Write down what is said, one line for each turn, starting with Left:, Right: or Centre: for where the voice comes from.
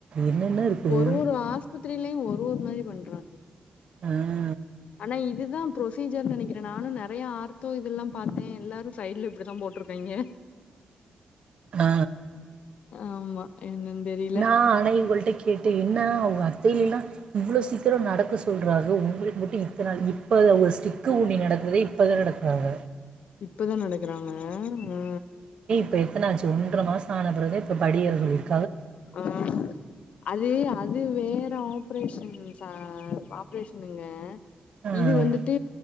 Right: என்னென்ன இருக்குது
Left: ஒரு ஒரு ஆஸ்பத்திரிலயு ஒரு ஒரு மாரி பண்றாங்
Right: அ
Left: ஆனா இது தா ப்ரோசீஜர்ன் நெனைக்கிற நானும் நெறைய ஆர்த்தோ இதெல்லா பார்த்த எல்லாரும் சைடுல இப்டி தா போட்ருக் காங்க
Right: ஆ ஆ
Left: ஆமா என்னன் தெரில
Right: நா ஆனா இவங்கள்ட்ட கேட்ட என்ன உங்க அத்தைலல்லா இவ்ளோ சீக்கிர நடக்க சொல்றாக உங்களுக்கு மட்டும் இத்தன இப்ப ஒரு ஸ்டிக்கு ஊணி நடக்குறதே இப்பதா நடக்குறாங்க
Left: இப்பதான் நடக்கறாங்க ஆ
Right: இப்போ எத்தன ஆச்சு ஒன்ற மாசோ ஆன பிறகு இப்போ படி ஏற சொல்லி இரு
Left: ஆ அது அது வேற ஆப்ரேஷன் சா ஆப்ரேஷனுங்க
Right: ஆ
Left: இது வந்துட்டு